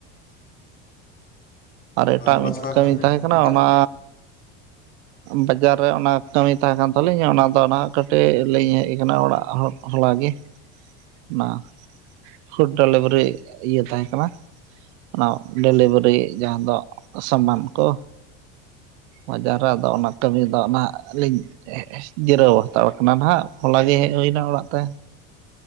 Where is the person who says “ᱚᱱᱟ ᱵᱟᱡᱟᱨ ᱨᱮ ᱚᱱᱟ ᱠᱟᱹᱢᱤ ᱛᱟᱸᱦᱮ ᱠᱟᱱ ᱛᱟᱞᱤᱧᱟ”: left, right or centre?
Right